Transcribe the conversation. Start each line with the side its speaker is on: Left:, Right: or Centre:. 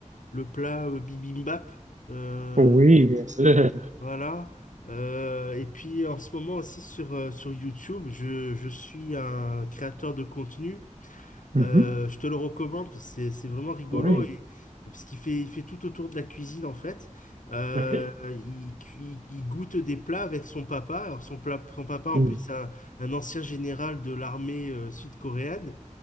Left: le plat euh, bibimbap. Euh,
Right: Oui, bien sûr.
Left: voilà. Euh, et puis en ce moment aussi sur, euh, sur YouTube, je, je suis un créateur de contenu
Right: <laughs> Mhm,
Left: euh, je te le recommande, parce que c'est c'est vraiment rigolo
Right: Oui.
Left: et, et parce qu'il fait, il fait tout autour de la cuisine en fait. Euh,
Right: OK.
Left: il, cu- il il goûte des plats avec son papa. Alors son, pla- son papa en
Right: Mm.
Left: plus c'est un, un ancien général de l'armée euh, sud-coréenne